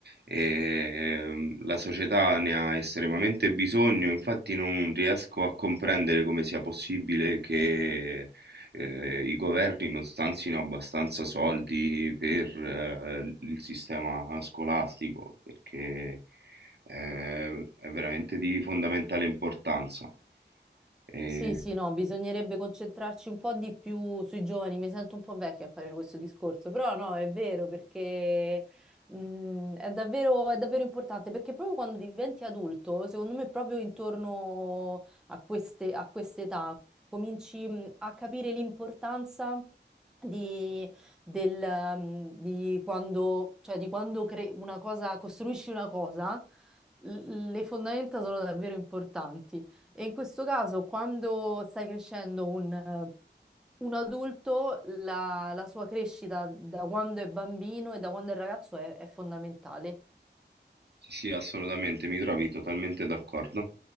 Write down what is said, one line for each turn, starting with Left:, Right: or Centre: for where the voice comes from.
Right: e, ehm, la società ne ha estremamente bisogno, infatti non riesco a comprendere come sia possibile che eh, i governi non stanzino abbastanza soldi per eh, il sistema scolastico, perché è, è veramente di fondamentale importanza. E-
Centre: Sì, sì, no, bisognerebbe concentrarci un po' di più sui giovani. Mi sento un po' vecchia a fare questo discorso, però no, è vero perché mh, è davvero, è davvero importante perché proprio quando diventi adulto, secondo me, proprio intorno a queste, a quest'età cominci mh, a capire l'importanza di, del, mh, di quando, cioè, di quando cre- una cosa, costruisci una cosa, l- le fondamenta sono davvero importanti. E in questo caso, quando stai crescendo un, eh, un adulto, la, la sua crescita da quando è bambino e da quando è ragazzo è, è fondamentale.
Right: sì, sì, assolutamente, mi trovi totalmente d'accordo.